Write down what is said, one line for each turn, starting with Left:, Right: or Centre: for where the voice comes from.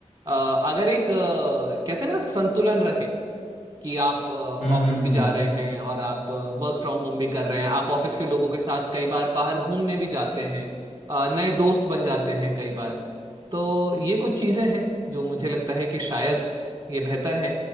Right: अ, अगर एक अ, कहते हैं ना संतुलन रहे कि आप ऑफिस
Left: हम्म हम्म
Right: भी
Left: हम्म
Right: जा रहे हैं और आप वर्क फ्रॉम होम भी कर रहे हैं आप ऑफिस के लोगों के साथ कई बार बाहर घूमने भी जाते हैं अ, नए दोस्त बन जाते हैं कई बार तो ये कुछ चीजें हैं जो मुझे लगता है कि शायद ये बेहतर हैं